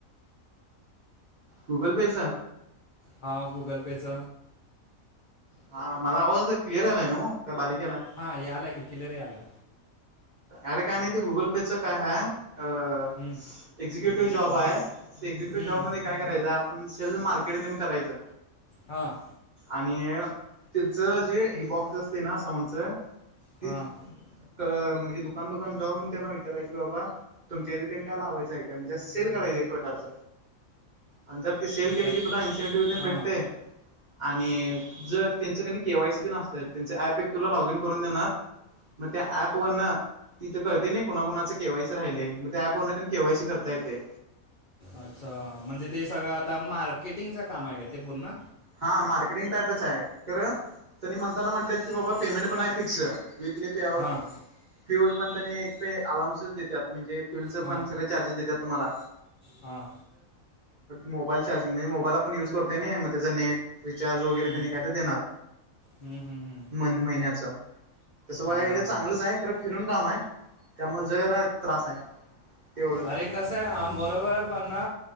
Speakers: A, on the right; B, on the left.
A: गुगल पेच.
B: हा गुगल पेच.
A: हा माझाआवाज तर क्लिअर आलाय ना, मग काय बारीक आलाय.
B: हायालाय की किलेरी यालाय.
A: अरे काय नाही ते गुगल पेचं काय आहे, अ
B: हम्म,
A: एक्झिक्युटिव्ह जॉब आहे. एक्झिक्युटिव्ह
B: हम्म,
A: जॉबमध्येकाय करायचं आपण सेल् मार्केटिंग करायचं.
B: हां.
A: आणि त्याचं जे हे बॉक्स असते ना साऊंडच ती
B: हां
A: म्हणजे दुकान- दुकान जाऊन त्यांना विचारायचं बाबा. तुमच्या इथं तेन काय लावायचं आहे का म्हणजे सेल करायचं एक प्रकारच आणि जर ते सेल
B: एका
A: केले की तुला <unintelligible>
B: हां
A: भेटते आणि जर त्यांच कणी केवाय सी तेन असल त्यांच ऍप एक तुला लॉग इन करून देणार मग त्या ऍप व तिथं कळते नाही कोणाकणाच के वावायसी राहिले, मग त्या ऍप व केवाय सी करता येते.
B: अच्छा म्हणजे ते सगळं आता मार्केटिंगचं काम आहे काय ते पूर्ण
A: हा मार्केटिंग टाईपच आहे, खरं त्यांनी म्हणताना म्हटले की बाबा पेमेंट पण आहे फिक्स वीकली. पे आउट
B: हां
A: फ्युल पण त्यांनी एक अलाउन्स देतात, म्हणजे फ्युअलचं
B: हां
A: पण सगळं चार्जेस देतात. तुम्हाला,
B: हां
A: मोबाईल चार्जिंग म्हणजे मोबाईल आपण युज करतोय नाही. त्या नेटच वगैरेनी
B: हम्म,
A: काय देणार.
B: हम्म, हम्म, हम्म.
A: महिन्याच तसं बघायला
B: हां
A: गेलं
B: हां
A: तर चांगलचाय
B: हां
A: ख फिरून काम आहे त्यामुळे जरा त्रास आहे. तेवढंच
B: अरे कसं आहे बरोबर आहे पण ना